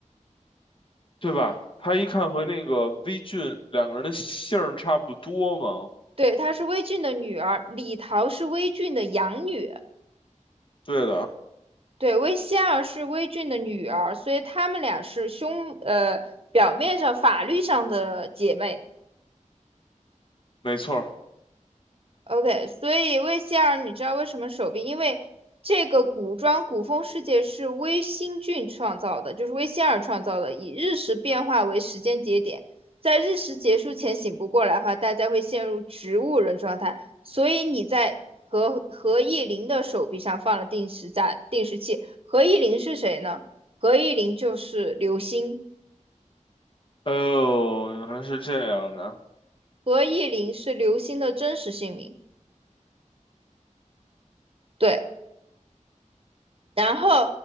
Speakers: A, on the left; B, on the right.
A: 对吧？他一看和那个微俊两个人的姓儿差不多吗？
B: 对，她是魏俊的女儿。李桃是魏俊的养女，
A: 对的，
B: 对，薇仙尔是薇俊的女儿，所以她们俩是兄，呃，表面上法律上的姐妹，
A: 没错
B: OK，所以魏希尔，你知道为什么手臂？因为这个古装古风世界是微星俊创造的，就是魏仙儿创造的，以日食变化为时间节点，在日食结束前醒不过来的话，大家会陷入植物人状态。所以你在何何意林的手臂上放了定时炸定时器。何意林是谁呢？何意林就是刘星，
A: 哦，原来是这样的。
B: 何意林是刘星的真实姓名。对，然后，